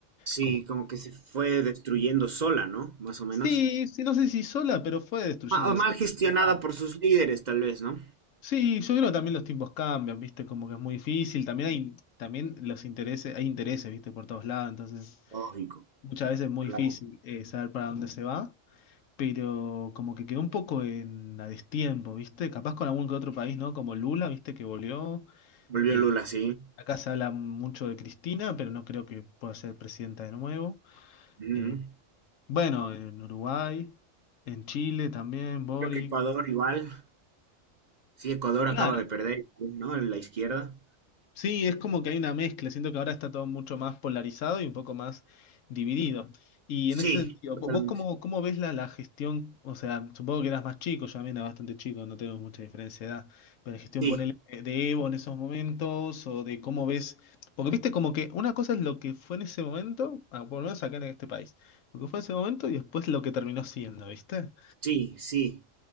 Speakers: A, on the right; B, on the left.
A: Sí,
B: como
A: como que se fue destruyendo sola, ¿no? Más o menos.
B: Sí, sí, no sé si sola, pero fue destruyéndose.
A: Ma- o mal gestionada
B: Ah,
A: por sus líderes, tal vez, ¿no?
B: sí, yo creo que también los tiempos cambian, ¿viste? Como que es muy difícil. También hay, también los intereses, hay intereses, ¿viste? Por todos lados, entonces
A: Lógico,
B: muchas veces es muy
A: claro.
B: difícil eh, saber para dónde se va, pero como que quedó un poco en a destiempo, ¿viste? Capaz con algún que otro país, ¿no? Como Lula, ¿viste? Que volvió.
A: Volvió
B: Eh,
A: Lula, sí.
B: acá se habla mucho de Cristina, pero no creo que pueda ser presidenta de nuevo.
A: Ujú.
B: Eh, bueno, en Uruguay, en Chile también, Boric.
A: Creo que Ecuador igual. Sí, Ecuador acaba
B: Claro.
A: de perder, ¿no? En la izquierda.
B: Sí, es como que hay una mezcla. Siento que ahora está todo mucho más polarizado y un poco más dividido. Y
A: Sí,
B: en ese sentido,
A: totalmente.
B: vo- ¿vos cómo, cómo ves la, la gestión? O sea, supongo que eras más chico, yo también era bastante chico, no tengo mucha diferencia de edad, pero la gestión
A: Sí.
B: por el, de Evo en esos momentos o de cómo ves, porque viste como que una cosa es lo que fue en ese momento, ah, por lo menos acá en este país, lo que fue en ese momento y después lo que terminó siendo, ¿viste?
A: Sí, sí.